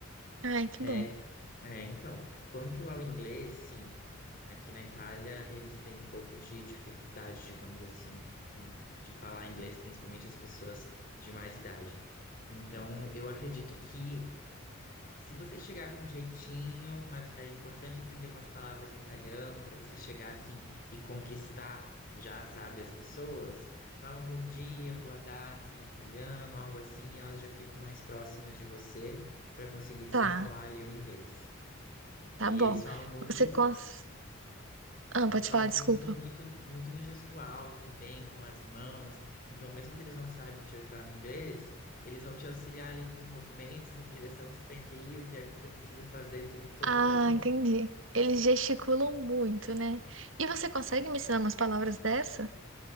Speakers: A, on the right (about 70°); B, on the left (about 45°).
A: Ai, que
B: É,
A: bom.
B: é, então, quanto ao inglês, sim, aqui na Itália eles têm um pouco de dificuldade, digamos assim, de falar inglês, principalmente as pessoas de mais idade. Então, eu acredito que se você chegar com jeitinho, mas é importante aprender umas palavras no italiano para você chegar assim e conquistar já, sabe, as pessoas. falam um bom dia, uma boa tarde em italiano, algo assim, elas já ficam mais próximas de você para conseguir desenrolar
A: Tá,
B: ali o inglês. E
A: tá bom.
B: eles falam muito
A: Você cons... Ah,
B: eles
A: pode
B: falam
A: falar, desculpa.
B: muito no, muito, muito no gestual também, com as mãos. Então, mesmo que eles não saibam te ajudar no inglês, eles vão te auxiliar ali com os movimentos, em direção que você tem que ir, o que é que você precisa fazer, tudo, tudo
A: Ah,
B: com as mãos.
A: entendi. Eles gesticulam muito, né? E você consegue me ensinar umas palavras dessa?